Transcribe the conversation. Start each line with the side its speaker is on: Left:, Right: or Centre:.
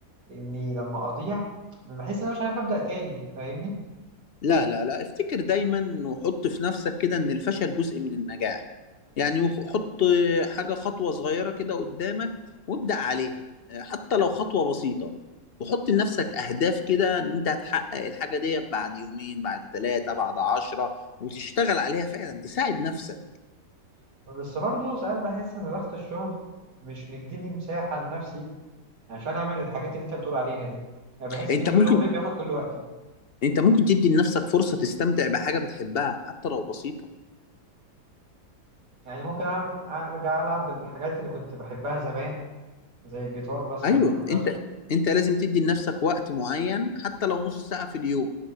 Right: إني لما أضيع بحس إن أنا مش عارف أبدأ تاني فاهمني
Left: لا لا لا افتكر دايما وحط في نفسك كده إن الفشل جزء من النجاح يعني وخ- حط حاجة خطوة صغيرة كده قدامك وابدأ عليها حتى لو خطوة بسيطة وحط لنفسك أهداف كده إن أنت هتحقق الحاجة دي بعد يومين بعد ثلاثة بعد عشرة وتشتغل عليها فعلا تساعد نفسك
Right: بس برضه ساعات بحس إن ضغط الشغل مش مديني مساحة لنفسي عشان اعمل الحاجات اللي انت بتقول عليها دي يعني بحس
Left: أنت
Right: ان
Left: ممكن
Right: الشغل بياخد كل وقتي
Left: أنت ممكن تدي لنفسك فرصة تستمتع بحاجة بتحبها حتى لو بسيطة
Right: يعني ممكن أعمل ارجع العب الحاجات اللي كنت بحبها زمان زي الجيتار مثلا
Left: ايوه
Right: أو الرسم
Left: انت انت لازم تدي لنفسك وقت معين حتى لو نص ساعة في اليوم